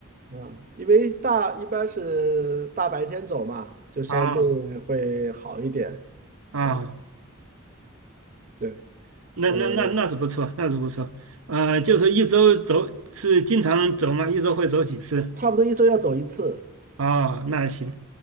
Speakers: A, on the right; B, on the right.
A: 嗯，因为大一般是大白天走嘛，就相对会好一点
B: <laughs> 啊啊。
A: 啊。对，
B: 那那那那是不错，
A: 呃，
B: 那是不错。呃，就是一周走是经常走吗？一周会走几次？
A: 差不多一周要走一次，
B: 哦，那行